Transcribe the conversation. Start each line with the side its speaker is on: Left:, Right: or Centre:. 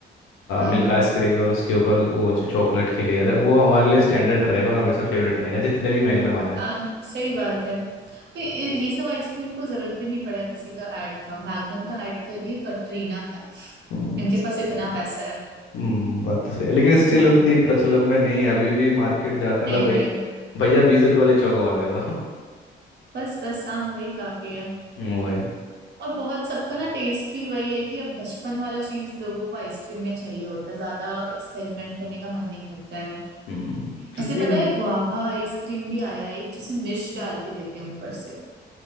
Right: हाँ
Left: मिल्क
Right: हाँ
Left: आइसक्रीम है और उसके ऊपर वो जो चॉकलेट की लेयर है वो हमारे लिए स्टैंडर्ड रहेगा और हमेशा फेवरेट रहेगा जितने भी मैग्नम आ जाए
Right: हाँ सही बात है ये ये- ये सब आइसक्रीम को जरूरत भी नहीं पड़ा किसी का ऐड का मैग्नम का ऐड करिए कटरीना का
Left: हम्म
Right: इनके पास इतना पैसा है
Left: हम्म, बात तो सही है लेकिन स्टिल
Right: <laughs>
Left: उतनी प्रचलन में नहीं है अभी भी मार्केट जाते हैं
Right: नहीं
Left: तो
Right: नहीं
Left: भैया बीस रुपये वाली चौको मार देता हूँ
Right: बस बस हाँ वही काफी है
Left: हम्म, वही
Right: और बहुत सबका ना टेस्ट भी वही है कि अब बचपन वाला चीज लोगों को आइसक्रीम में चाहिए होता है ज्यादा एक्सपेरिमेंट करने का मन नहीं करता है
Left: हम्म क्योंकि
Right: ऐसे पता है गुआवा आइसक्रीम भी आया है एक जिसमें मिर्च डाल के देते हैं ऊपर से